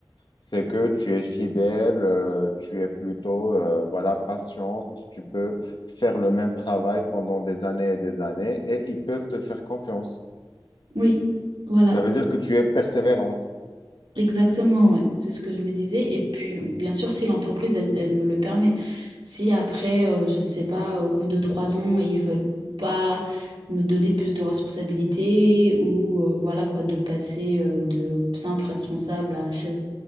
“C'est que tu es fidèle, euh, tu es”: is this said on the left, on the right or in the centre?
Left